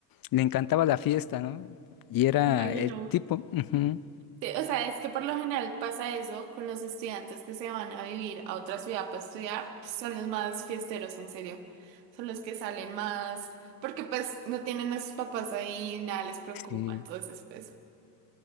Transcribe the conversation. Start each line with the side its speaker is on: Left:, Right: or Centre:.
Left: Le encantaba la fiesta, ¿no? Y era
Right: Me imagino.
Left: el tipo, ujú,
Right: Sí, o sea, es que por lo general pasa eso con los estudiantes que se van a vivir a otra ciudad para estudiar, pues, son los más fiesteros, en serio. Son los que salen más, porque pues no tienen a sus papás ahí, nada les preocupa,
Left: sí,
Right: entonces pues